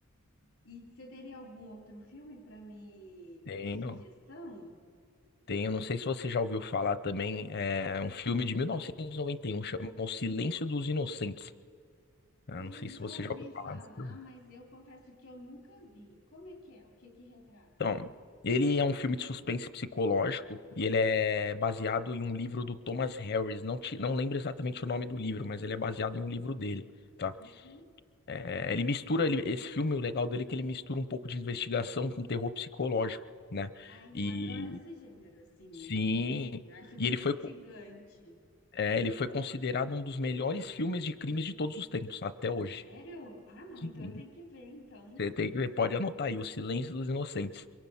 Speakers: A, on the left; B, on the left.
A: E você teria algum outro filme para me
B: Tenho,
A: de sugestão?
B: tenho. Não sei se você já ouviu falar também, é um filme de mil novecentos e e noventa e um chama O Silêncio dos Inocentes. né?
A: Eu
B: não sei
A: já
B: se você
A: ouvi
B: já ouviu falar
A: falar,
B: desse filme.
A: mas eu confesso que eu nunca vi. Como é que é? O que que retrata?
B: Então, ele é um filme de suspense psicológico e ele é baseado em um livro do Thomas Harris. Não, te, não lembro exatamente o nome do livro, mas ele é baseado em um livro dele, tá?
A: Uhum.
B: É, ele mistura, ele- esse filme, o legal dele é que ele mistura um pouco de investigação com terror psicológico, né?
A: Ai,
B: E
A: eu adoro esse gênero, assim.
B: sim...
A: Eu acho muito
B: E ele foi.
A: instigante.
B: É, ele foi considerado um dos melhores filmes de crimes de todos os tempos, até hoje.
A: Sério? Ah, não,
B: Sim.
A: então eu tenho que ver, então.
B: Você tem, você pode anotar aí, O Silêncio dos Inocentes.